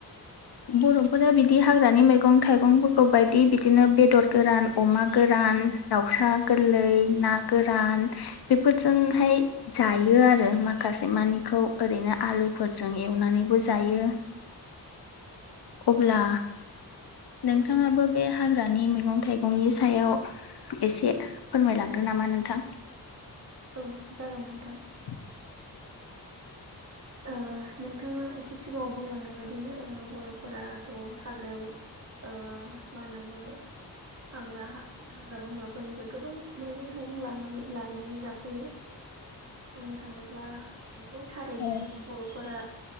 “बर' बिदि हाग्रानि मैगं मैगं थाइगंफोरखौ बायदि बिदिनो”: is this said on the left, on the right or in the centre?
Left